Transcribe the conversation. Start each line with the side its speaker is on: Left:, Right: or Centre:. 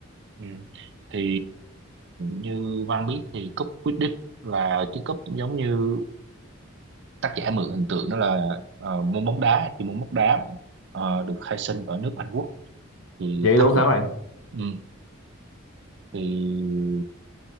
Right: Ừ. Thì như Văn biết thì cúp Quidditch là cái cúp giống như tác giả mượn hình tượng đó là ờ, môn bóng đá thì môn bóng đá ờ, được khai sinh ở nước Anh Quốc thì
Left: vậy
Right: tác
Left: luôn hả
Right: giả
Left: bạn
Right: ừ, thì